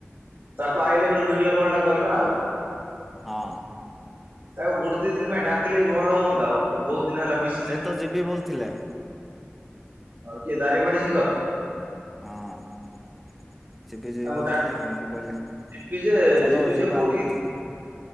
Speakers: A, on the right; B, in the centre.
A: ତାକୁ ଆଇିଲେ ସେଠୁ ଗୋଟେ ଭିଡିଓ କଲ୍ ଟା କରିବା ଆଉ।
B: ହଁ।
A: ତାକୁ ଗୁଟ୍ ଦି ଦିନି ପାଇଁ ଡାକିଲେ ବି ଭଲ ହୁଅନ୍ତା ଓ ସେ ବହୁତ ଦିନ ହେଲା ମିଶ୍
B: ସେ ତ ଯିବି ବୋଲ୍ ଥିଲେ।
A: ହଉ କିଏ ଦାରିମ୍ବାଡି ସିଙ୍ଗର୍?
B: ହଁ। ସିଏ ବି ଯିବି
A: ତାଙ୍କୁ
B: ବୋଲ୍
A: ଡା
B: ଥିଲେ ମୁଁ କହିଲି
A: ଯିବି ଯେ
B: ଚାଲ
A: ଯିବି ଯେ
B: ଯିବା
A: କୋଉଠିକି
B: ବୋଲ୍ ଥିଲି।